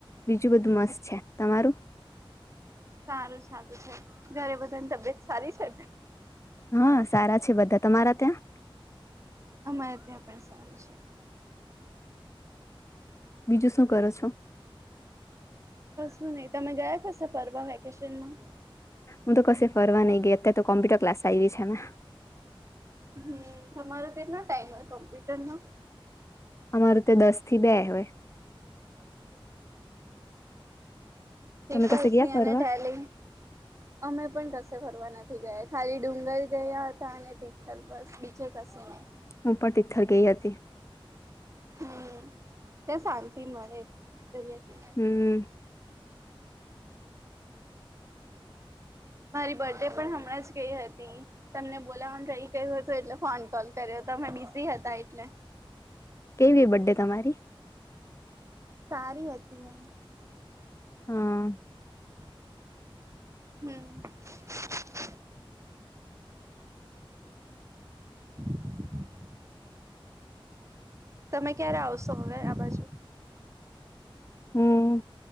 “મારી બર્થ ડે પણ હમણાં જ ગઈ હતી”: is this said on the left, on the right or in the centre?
Right